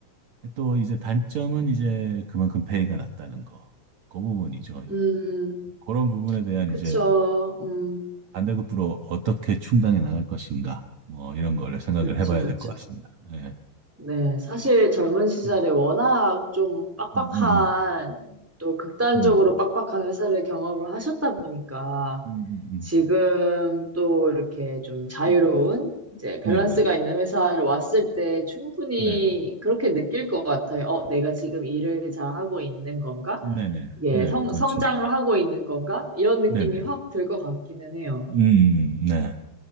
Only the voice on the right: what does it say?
또 이제 단점은 이제 그만큼 페이가 낮다는 거. 그 부분이죠. 이제
그런 부분에 대한
이제
반대급부로 어떻게 충당해 나갈 것인가. 뭐 이런 거를 생각을
해봐야
될 것 같습니다. 네.
음,
음, 음,
음,
음, 음,
음.
네네,
네,
네네,
네,
네. 그렇죠.
네네.
음, 네.